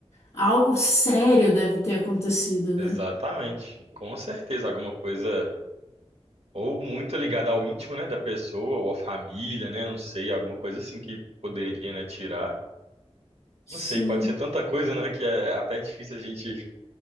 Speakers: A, on the left; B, on the right.
A: algo sério deve ter acontecido, né?
B: Exatamente. Com certeza, alguma coisa ou muito ligada ao íntimo, né, da pessoa, ou à família, né, não sei, alguma coisa assim que poderia, né, tirar.
A: Sim.
B: Não sei, pode ser tanta coisa, né, que é até difícil a gente